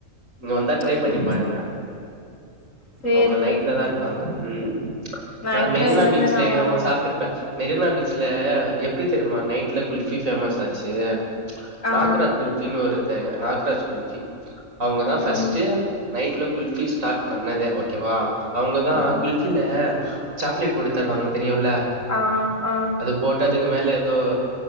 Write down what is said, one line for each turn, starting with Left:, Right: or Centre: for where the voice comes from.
Right: இங்க வந்தா ட்ரை
Left: சேரி
Right: பண்ணி பாருங்க
Left: சேரி சேரிங்க
Right: அவுங்க நைட்ல தா
Left: பண்றோ
Right: இருப்பாங்க ம்
Left: நைட்ல
Right: நா மெரினா
Left: எங்கருந்து
Right: பீச்லயு
Left: நா வரே
Right: சாப் ட்டுருப்ப மெரினா பீச்ல எப்டி தெரிமா நைட்ல குல்ஃபி ஃபேமஸ் ஆச்சு
Left: ஆ
Right: நாகராஜ் குல்ஃபின் ஒருத்தங்க நாகராஜ் குல்ஃபி அவுங்கதா
Left: ம்
Right: ஃபஸ்ட்டு நைட்ல குல்ஃபி ஸ்டாட் பண்ணதே ஓகேவா அவுங்கதா
Left: ம்
Right: குல் ஃபில சாக்லேட் போட்டு தருவாங்க தெரியுல
Left: ஆ ஆ
Right: அது போட்டு அதுக்கு மேலே எதோ